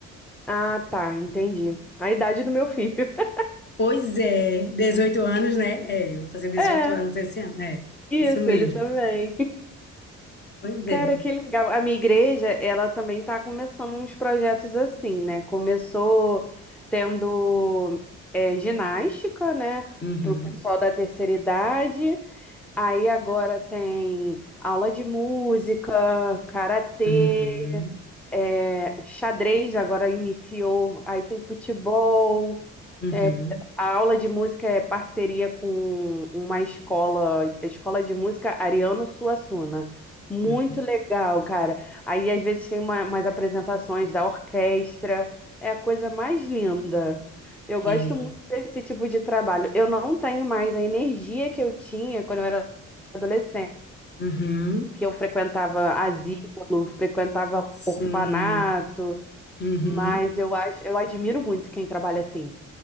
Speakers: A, in the centre; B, on the left.
A: Ah, tá, entendi. A idade do meu filho. <laughs>
B: Pois é, 18 anos, né? É, vou fazer dezoito
A: É,
B: anos esse ano, é,
A: isso,
B: isso mesmo.
A: ele também.
B: Pois
A: Cara,
B: é.
A: que legal. A minha igreja, ela também tá começando uns projetos assim, né? Começou tendo é, ginástica, né?
B: Uhum,
A: Pro pessoal da terceira idade. Aí agora tem aula de música, karatê.
B: uhum,
A: É, xadrez agora iniciou, aí tem futebol,
B: uhum,
A: é, a aula de música é parceria com uma escola, a escola de música Ariano Suassuna. Muito
B: uhum.
A: legal, cara. Aí às vezes tem uma- umas apresentações da orquestra, é a coisa mais linda. Eu
B: É,
A: gosto muito desse tipo de trabalho. Eu não tenho mais a energia que eu tinha quando eu era adolescente
B: uhum,
A: que eu frequentava asilo, frequentava
B: sim,
A: orfanato,
B: uhum,
A: mas eu acho, eu admiro muito quem trabalha assim.